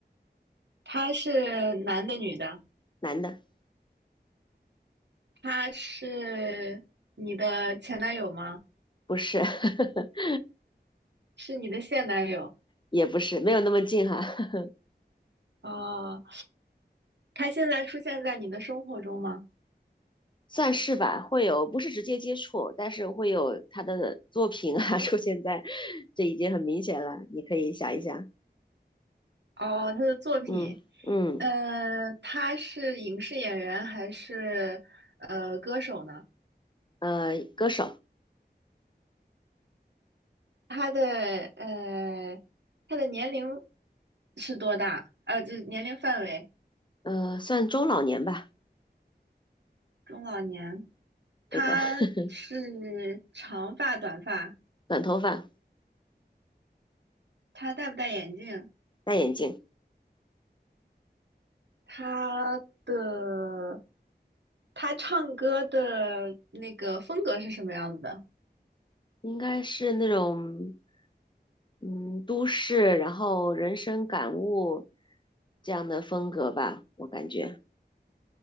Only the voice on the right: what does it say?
他是男的女的？
他是你的前男友吗？
是你的现男友？
哦，他现在出现在你的生活中吗？
哦，他的作品，
呃，他是影视演员还是呃歌手呢？
他的呃，他的年龄是多大？呃，就是年龄范围，
中老年。他是长发短发，
他戴不戴眼镜？
他的他唱歌的那个风格是什么样子的？